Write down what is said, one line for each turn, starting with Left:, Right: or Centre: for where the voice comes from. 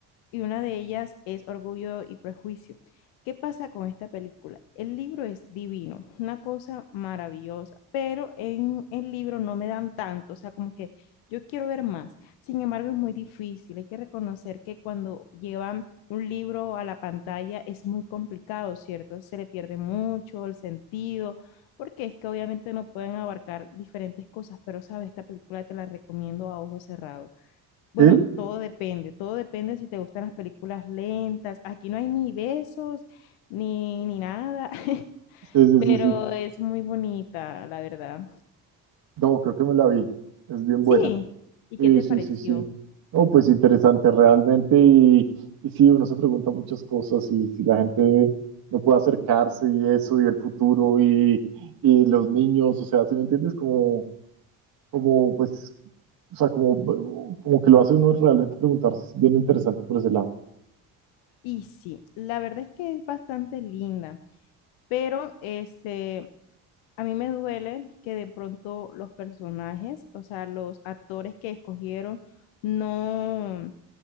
Left: y una de ellas es Orgullo y Prejuicio. ¿Qué pasa con esta película? El libro es divino, una cosa maravillosa, pero en el libro no me dan tanto, o sea, como que yo quiero ver más. Sin embargo, es muy difícil, hay que reconocer que cuando llevan un libro a la pantalla es muy complicado, ¿cierto? Se le pierde mucho el sentido, porque es que obviamente no pueden abarcar diferentes cosas, pero sabes, esta película te la recomiendo a ojos cerrados. Bueno,
Right: ¿Sí?
Left: todo depende, todo depende si te gustan las películas lentas. Aquí no hay ni besos, ni, ni nada, <laughs>
Right: Sí, sí,
Left: pero
Right: sí, sí.
Left: es muy bonita, la verdad.
Right: No, creo que me la vi. Es bien
Left: Sí,
Right: buena.
Left: ¿y
Right: Sí,
Left: qué te
Right: sí,
Left: pareció?
Right: sí, sí. No, pues interesante realmente. Y, y sí, uno se pregunta muchas cosas y si la gente no puede acercarse y eso y el futuro y, y los niños, o sea, si me entiendes? Como, como pues, o sea, como, como que lo hace uno realmente preguntarse. Es bien interesante por ese lado.
Left: Y sí, la verdad es que es bastante linda, pero este, a mí me duele que de pronto los personajes, o sea, los actores que escogieron, no,